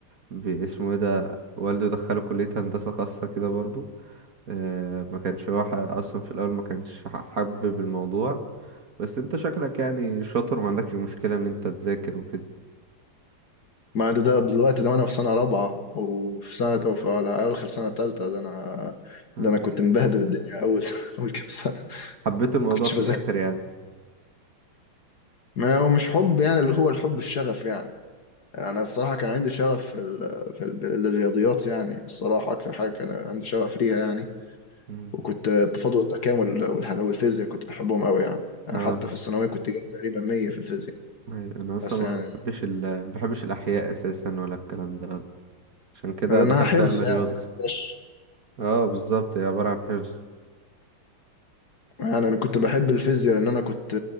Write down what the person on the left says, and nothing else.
ما ده ده دلوقتي ده وانا في سنه رابعه وفي سنه او في على اخر سنه ثالثه ده انا
ده انا كنت مبهدل الدنيا اول <laughs> اول كام سنه ما
كنتش
بذاكر
ما هو مش حب يعني اللي هو الحب الشغف يعني انا الصراحه كان عندي شغف في, ال... في ال... الرياضيات يعني الصراحه اكتر حاجه كان عندي شغف ليها يعني
وكنت التفاضل والتكامل والحن- والفيزياء كنت بحبهم قوي يعني. يعني
حتى في الثانوية كنت جايب تقريبا 100 في الفيزياء
بس
يعني
لأنها
حفظ
يعني مش
يعني أنا كنت بحب الفيزياء لأن أنا كنت